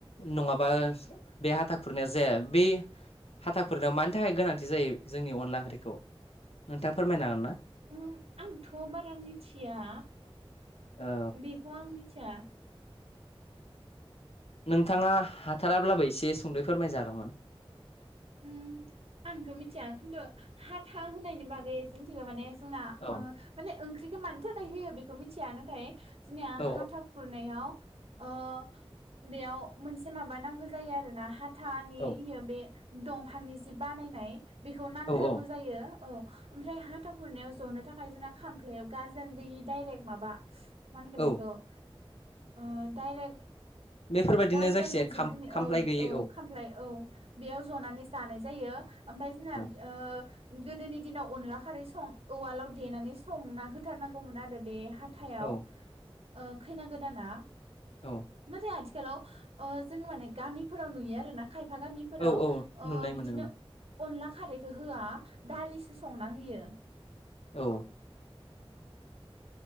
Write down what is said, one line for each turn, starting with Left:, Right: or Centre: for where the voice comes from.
Left: नङाबा बे हाथा खुरनाया जाया बे हाथा खुरनायाव मानि थाखाय गोनांथि जायो जोंनि अनला ओंख्रिखौ नोंथाङा फोरमायनो हागोन ना?
Right: उम आंथ' बारा मिथिया
Left: औ
Right: बेखौ आं मिथिया।
Left: नोंथाङा हाथाराब्लाबो एसे सुंदै फोरमाय जागौमोन।
Right: उम आंथ' मिथिया खिन्थु हाथा होनायनि बागै एसे मिथिगौ माने जोंना
Left: औ
Right: ओ माने ओंख्रिखौ मानि थाखाय होयो बेखौ मिथिया नाथाय जोंनिया
Left: औ
Right: हाथा खुरनायाव ओ बेयाव मोनसे माबा नांगौ जायो आरो ना हा हाथानि
Left: औ
Right: बे दंफांनि जि बानायनाय बेखौ नांथारगौ
Left: औ औ
Right: जायो औ। ओमफ्राय हाथा खुरनायाव जनो थाखाय जोंना खामफ्लायाव गाजोल दोयि डाइरेक्ट माबा मा होनगोन
Left: औ
Right: बेखौ ओ डाइरेक्ट
Left: बेफोरबायदिनो
Right: गाजोल
Left: जायखिजाया
Right: मोनसेबो
Left: खाम
Right: दोनि
Left: खामफ्लाय
Right: औ
Left: गैयि
Right: औ खामफ्लाय औ। बेयाव जनानै जानाय जायो ओमफ्राय जोंना
Left: औ
Right: ओ गोदोनि दिनाव अनला खारै सं उवालाव देनानै संना होथारनांगौमोन आरो बे हा थायाव
Left: औ
Right: ओ खैना गोदाना
Left: औ
Right: नाथाय आथि हेलौ ओ जों माने गामिफोराव नुयो आरोना खायफा गामिफोराव
Left: औ औ
Right: ओ
Left: नुनाय
Right: बिदिनो
Left: मोनो
Right: अनला खारैखो होया दालिसो संना होयो
Left: औ